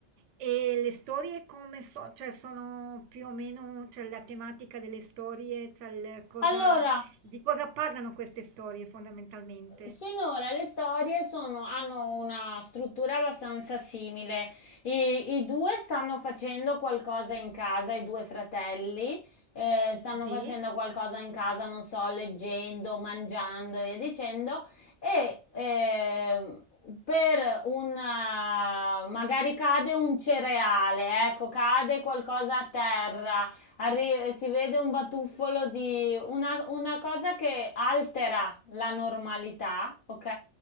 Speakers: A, on the right; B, on the left.
A: E le storie come so, cioè sono più o meno, cioè la tematica delle storie, cioè il cosa,
B: Allora,
A: di cosa parlano queste storie fondamentalmente?
B: Finora le storie sono- hanno una struttura abbastanza simile. I, i due stanno facendo qualcosa in casa, i due fratelli, eh, stanno
A: Sì,
B: facendo qualcosa in casa, non so, leggendo, mangiando e via dicendo. E ehm, per un, eh, magari cade un cereale, ecco, cade qualcosa a terra arri- si vede un batuffolo di una, una cosa che altera la normalità, ok?